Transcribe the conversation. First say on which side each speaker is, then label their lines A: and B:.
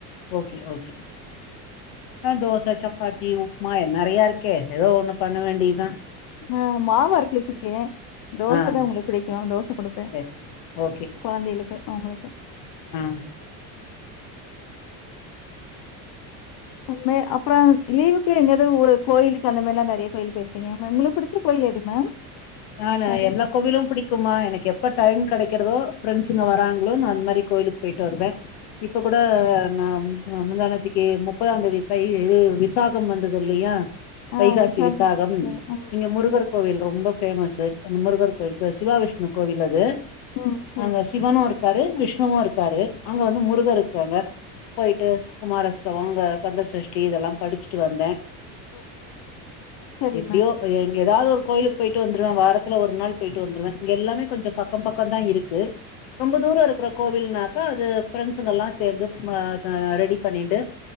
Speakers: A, on the left; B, on the left.
A: ஓகே ஓகே அ தோச சப்பாத்தி உப்மா என் நெறையா இருக்கே ஏதோ ஒண்ணு பண்ண வேண்டிதா
B: ஆ மாவு அரச்சு வச்சுருக்கே தோசதா
A: ஆ
B: இவுங்களுக் புடிக்கு தோச குடுப்பே
A: சரி ஓகே
B: கொழந்தைகளுக்கு அவுங்களுக்கு
A: உ <unintelligible>
B: ம் மே அப்பறோ லீவுக்கு எங்கயாது ஊ கோயிலுக்கு அந்த மாரில்லா நெறைய கோயில் போயிருப்பீங்க ஏ மேம் ஒங்களுக்கு புடிச்ச கோயி எது மேம்
A: யாரு
B: கடை.
A: எல்லா கோவிலு புடிக்குமா எனக்கு எப் எப்ப டைம் கெடைக்கறதோ ஃப்ரண்ட்ஸ்ஸுக வராங்ளோ நா அந்த மாரி கோயிலுக்கு போய்ட்டு வருவே இப்ப கூட அம் அம் முந்தாநேத்திக்கி முப்பதாந் தேதி தை இது விசாகம் வந்தது இல்லயா
B: ஆ
A: வைகாசி விசாகம்
B: ம், ம்,
A: இங்க முருகர் கோவில் ரொம்ப பேமஸ்சு அந்த முருகர் கோயிலுக்கு சிவா விஷ்ணு கோவில் அது
B: ம். சரி.
A: அங்க சிவனு இரு இருக்காரு விஷ்ணுவு இருக்காரு அங்க வந்து முருகர் இருக்காங்க போய்ட்டு
B: ம்,
A: குமார சவங்க கந்தசஷ்டி இதல்லா படிச்சுட்டு வந்தே
B: ம். சரி
A: எப்டியோ
B: மேம்.
A: எங்க எதாது ஒரு கோயிலுக் போய்ட்டு வந்துருவே வாரத்துல ஒரு நாள் போய்ட்டு வந்துருவே இங்க எல்லாமே கொஞ்சோ பக்கம் பக்கம் தா இருக்கு ரொம்ப தூரோ இருக்குற கோவில்னாக்கா அது ஃப்ரெண்ட்ஸுங்கல்லா சேந்து ம த ரெடி பண்ணின்டு